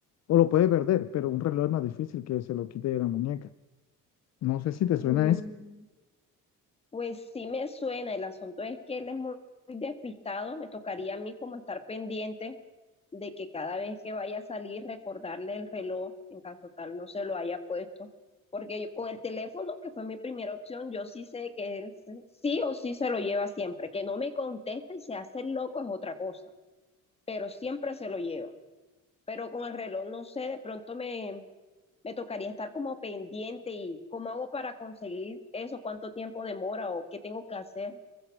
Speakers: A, on the left; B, on the left.
A: o lo puedes perder, pero un reloj es más difícil que se lo quite de la muñeca. No sé si te suena
B: Mm,
A: eso.
B: Pues sí me suena, el asunto es que él es muy, muy despistado, me tocaría a mí como estar pendiente de que cada vez que vaya a salir recordarle el reloj, en caso tal no se lo haya puesto, porque yo con el teléfono, que fue mi primera opción, yo sí sé que él se- sí o sí se lo lleva siempre, que no me contesta y se hace el loco es otra cosa, pero siempre se lo lleva. Pero con el reloj, no sé, de pronto me, me tocaría estar como pendiente y cómo hago para conseguir eso, cuánto tiempo demora o qué tengo que hacer.